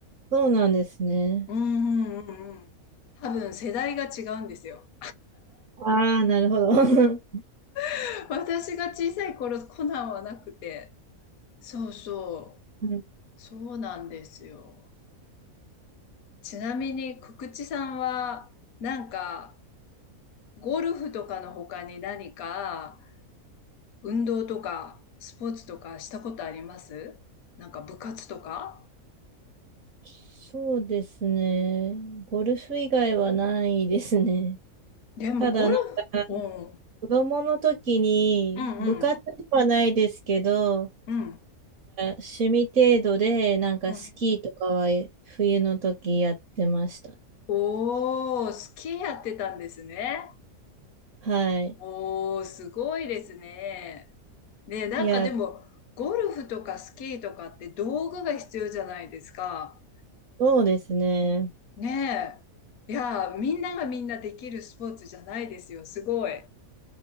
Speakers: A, on the right; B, on the left.
A: そうなんですね。
B: うんうんうんうん。多分世代が違うんですよ。
A: ああ、なるほど。<laughs>
B: <laughs> 私が小さい頃コナンはなくて、そうそう、
A: うん
B: そうなんですよ。ちなみに、くくちさんは、なんか、ゴルフとかの他に何か、運動とか、スポーツとかしたことありますなんか部活とか
A: そうですね。ゴルフ以外はないですね。
B: でもゴルフ、
A: ただ、なんか、
B: うん、
A: 子供の時に、
B: うんうん、
A: 部活ではないですけど、
B: うん、
A: 趣味程度で、なんかスキーとかは冬の時やってました。
B: うん。おー、スキーやってたんですね。
A: はい。
B: おー、すごいですね。ね、なんかでも、
A: いや、
B: ゴルフとかスキーとかって道具が必要じゃないですか。
A: そうですね。
B: ねえ。いやー、みんながみんなできるスポーツじゃないですよ。すごい。